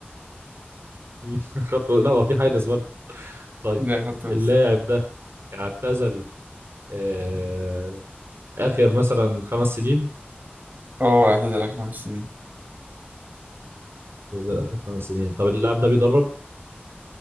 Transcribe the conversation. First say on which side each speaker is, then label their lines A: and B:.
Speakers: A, on the right (about 80°); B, on the right (about 50°).
A: <laughs> خط لا هو في حارس برضه طيب
B: لا خدت بس
A: اللاعب ده اعتزل آه... اخر مثلا خمس سنين
B: هو اعتزل آخر خمس سنين
A: اعتزل اخر خمس سنين طب اللاعب ده بيدرب